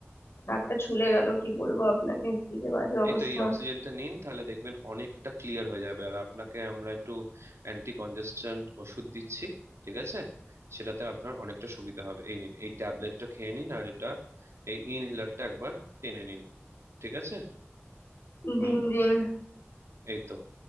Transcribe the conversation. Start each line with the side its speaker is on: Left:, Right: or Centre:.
Left: নাকটা ছুলে গেল কি বলবো আপনাকে কি যে বাজে অবস্থা
Right: এই তো এই অক্সিজেনটা নিন তাহলে দেখবেন অনেকটা ক্লিয়ার হয়ে যাবে আর আপনাকে আমরা একটু অ্যান্টি কনজেস্ট্যান্ট ওষুধ দিচ্ছি ঠিক আছে সেটাতে আপনার অনেকটা সুবিধা হবে এই নিন এই ট্যাবলেটটা খেয়ে নিন আর এটা এই ইনহেলারটা একবার টেনে নিন ঠিক আছে
Left: দিন
Right: হুম
Left: দিন
Right: এই তো